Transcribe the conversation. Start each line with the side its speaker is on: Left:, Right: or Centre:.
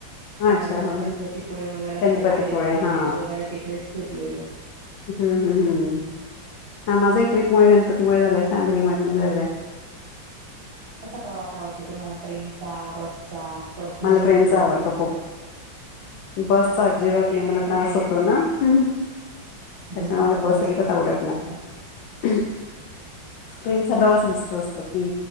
Right: त्या
Left: अच्छा
Right: वेळेला
Left: हा
Right: गणपतीपुळे वगैरे
Left: गणपतीपुळे
Right: साईड आरे वारे
Left: हा
Right: बीच वगैरे तिकडेच फिरलेलो.
Left: हम्म हम्म हम्म हा माझा ही ट्रिपमुळे गणपतीमुळे झालाय फॅमिलीमुळे पण झालंय.
Right: कसा प्रवास आवडतो तुम्हाला ट्रेनचा, बसचा? पर्सनल
Left: मला
Right: व्हेकलचा?
Left: ट्रेनचा आवडतो खूप बसचा
Right: छान वाटतं
Left: अजिबात
Right: ना ट्रेनने
Left: नाही मला त्रास
Right: फिरायला?
Left: होतो ना त्याच्यामुळे
Right: बसचा
Left: मला बस
Right: मलाही
Left: अजिबात
Right: त्रासच
Left: आवडत नाही.
Right: होतो.
Left: ट्रेनचा प्रवास मस्त असतो की